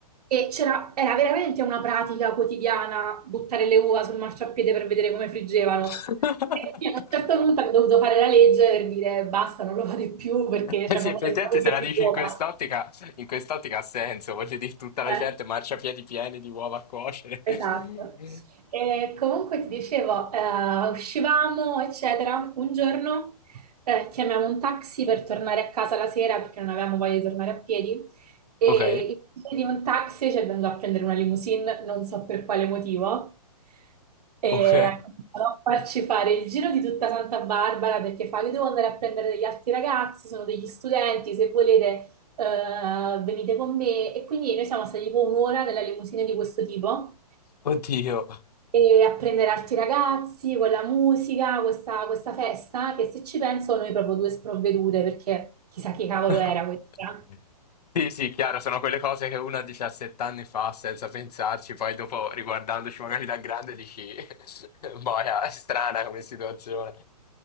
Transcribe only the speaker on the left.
<laughs>
Eh
Sì,
effettivamente
se
la dici
in quest'ottica, in quest'ottica ha senso, voglio dire, tutta la
gente marciapiedi pieni di uova a cuocere. <laughs>
Ok,
ok,
oddio.
<laughs>
Sì, sì, chiaro, sono quelle cose che uno a 17 anni fa senza pensarci, poi dopo riguardandoci magari da grande dici, <laughs> boia, è strana come situazione.